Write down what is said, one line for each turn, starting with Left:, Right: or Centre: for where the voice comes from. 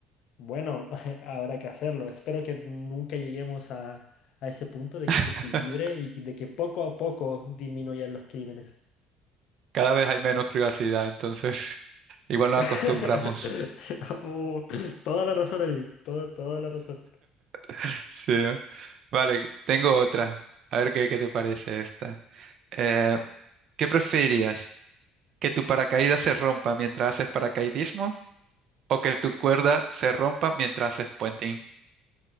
Left: bueno, <laughs> habrá que hacerlo. Espero que nunca lleguemos a, a ese punto de que se
Right: <laughs>
Left: equilibre y de que poco a poco disminuyan los crímenes.
Right: Cada vez hay menos privacidad, entonces <laughs> igual nos
Left: <laughs>
Right: acostumbramos.
Left: Uh, toda la razón, Edwin, toda, toda la razón.
Right: <laughs> Sí, ¿no? Vale, tengo otra. A ver qué, qué te parece esta. Eh, ¿qué preferirías? ¿Que tu paracaídas se rompa mientras haces paracaidismo o que tu cuerda se rompa mientras haces puenting?